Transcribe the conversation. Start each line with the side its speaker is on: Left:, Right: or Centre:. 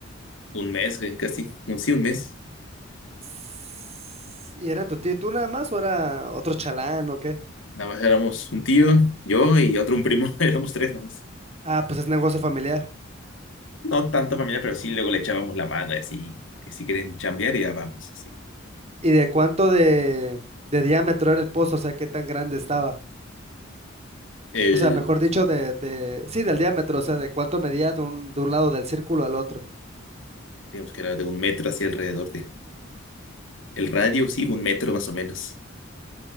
Left: Un mes, güey, casi, un, sí, un mes.
Right: Sss, ¿Y eran tu tío y tú nada más o era otro chalán o qué?
Left: Nada más éramos un tío, yo y otro un primo, <laughs> éramos tres nada más.
Right: Ah, pues es negocio familiar.
Left: No tanto familia, pero sí, luego le echábamos la mano y así, que si quieren chambear ya vamos, así.
Right: ¿Y de cuánto de, de diámetro era el pozo? O sea, ¿qué tan grande estaba?
Left: El,
Right: O sea, mejor dicho, de, de, sí, del diámetro, o sea, de cuánto medía de un, de un lado del círculo al otro.
Left: digamos que era de un metro así alrededor de, el radio, sí, un metro más o menos.